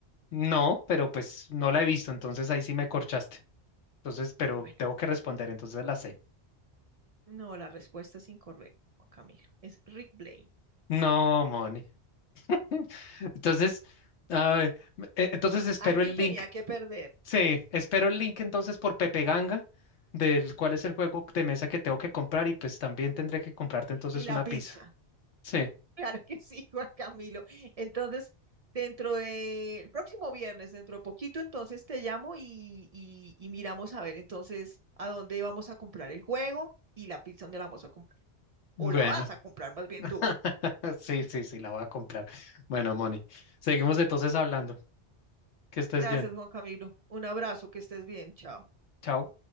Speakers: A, on the left; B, on the right.
A: No, pero pues no la he visto, entonces ahí sí me corchaste. Entonces, pero
B: Bueno,
A: tengo que responder, entonces la sé.
B: no, la respuesta es incorrecta, Juan Camilo. Es Rick Blaine.
A: No, Moni. <laughs> Entonces, a ver, m- e- entonces espero
B: Alguien
A: el
B: tenía
A: link.
B: que perder.
A: Sí, espero el link entonces por Pepe Ganga, del cuál es el juego de mesa que tengo que comprar y pues también tendré que comprarte entonces
B: Y la
A: una
B: pizza.
A: pizza.
B: <laughs>
A: Sí,
B: Claro que sí, Juan Camilo. Entonces, dentro de el próximo viernes, dentro de poquito, entonces te llamo y, y y miramos a ver entonces a dónde vamos a comprar el juego y la pizza donde la vamos a comprar.
A: bueno.
B: o la vas a comprar más bien
A: <laughs>
B: tú.
A: Sí, sí, sí, la voy a comprar. Bueno, Moni, seguimos entonces hablando. Que estés
B: Gracias,
A: bien.
B: Juan Camilo. Un abrazo, que estés bien. Chao.
A: Chao.